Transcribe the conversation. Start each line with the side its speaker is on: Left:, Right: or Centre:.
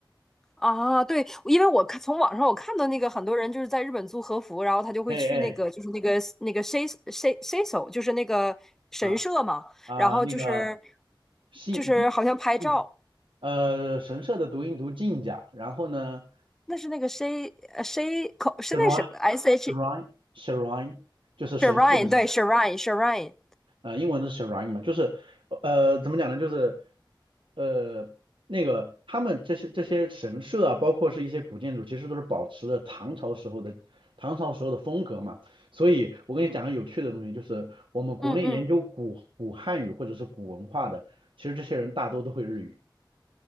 Centre: 哦，对，因为我看从网上我看到那个很多人就是在日本租和服，然后他就会去那个就是那个那个
Right: 哎哎，
Centre: sei s s e s o 就是那个神社嘛，
Right: 啊啊，
Centre: 然后就是
Right: 那个信
Centre: 就是好像拍照，
Right: 嗯呃神社的读音读进甲，然后呢
Centre: 那是那个 sei 呃 s e 口是那什么
Right: shrine
Centre: s h
Right: shrine shrine 就是神社的名字
Centre: shrine 对 shrine shrine。
Right: 啊、英文是 s h a r i n 嘛，就是呃，怎么讲呢？就是呃，那个他们这些这些神社啊，包括是一些古建筑，其实都是保持了唐朝时候的唐朝时候的风格嘛。所以我跟你讲个有趣的东西，就是我们国内研究古古汉语或者是古文化的，
Centre: 嗯嗯，
Right: 其实这些人大多都会日语，